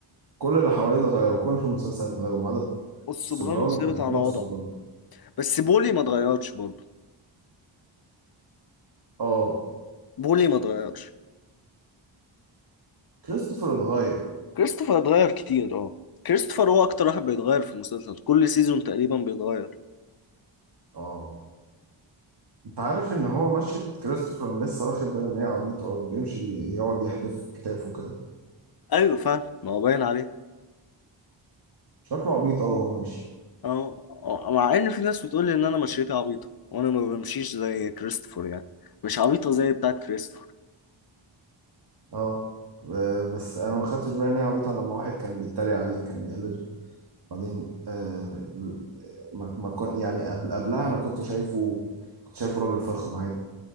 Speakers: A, on the right (about 50°); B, on the left (about 50°).
A: كل اللي حواليه اتغيروا كل في المسلسل اتغيروا ما عدا
B: والسوبرانو
A: السوبرانو
B: ثابت
A: كان
B: على
A: هو
B: وضعه
A: السوبرانو
B: بس بولي ما اتغيرش برضه
A: اه
B: بولي ما اتغيرش
A: كريستوفر اتغير
B: كريستوفر اتغير كتير اه كريستوفر هو اكتر واحد بيتغير في المسلسل كل سيزون تقريبا بيتغير
A: اه انت عارف ان هو مشيت كريستوفر أنا لسه واخد بالي ان هي عبيطة قوي بيمشي يقعد يحدف كتافه كده
B: ايوه فعلا ما هو باين عليه
A: شكله عبيط قوي وهو ماشي
B: اه آه، مع ان في ناس بتقول لي ان انا مشيتي عبيطة وانا ما بمشيش زي كريستوفر يعني مش عبيطة زي بتاعت كريستوفر
A: اه آه، بس انا ما خدتش بالي ان هي عبيطه لما واحد كان بيتريق عليه كان بيقلده بعدين آه ما ما كنت يعني قبل قبلها انا كنت شايفه كنت شايفه راجل فخم عادي